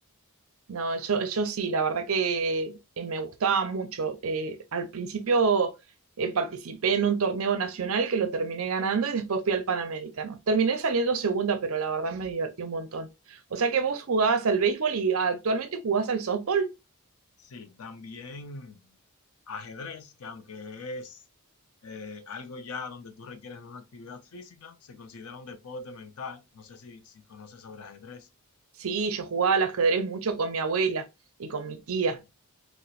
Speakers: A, on the right; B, on the left.
A: No, yo, yo sí, la verdad que eh, me gustaba mucho. Eh, al principio eh, participé en un torneo nacional que lo terminé ganando y después fui al Panamericano. Terminé saliendo segunda, pero la verdad me divertí un montón. O sea que vos jugabas al béisbol y ah, actualmente jugás al softball.
B: Sí, también ajedrez, que aunque es eh, algo ya donde tú requieres una actividad física, se considera un deporte mental. No sé si, si conoces sobre ajedrez.
A: Sí, yo jugaba al ajedrez mucho con mi abuela y con mi tía.
B: ¿no?